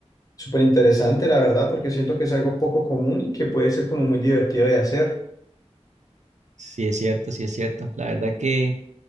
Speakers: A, on the left; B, on the right.
A: Súper interesante, la verdad, porque siento que es algo poco común y que puede ser como muy divertido de hacer.
B: Sí, es cierto, sí es cierto. La verdad que